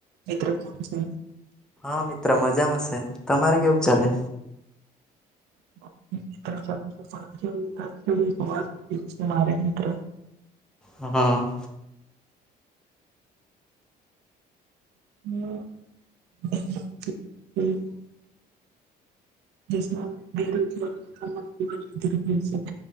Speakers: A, on the right; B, in the centre.
A: મિત્ર કેમ છે?
B: હા મિત્ર મજામાં શે તમારે કેવુંક ચાલે?
A: <unintelligible> વાત કરવી છે મારે મિત્ર
B: હ.
A: <inaudible> હમ્મ. દેશમાં બેરોજગારીનું પ્રમાણ ઘણું વધી રહ્યું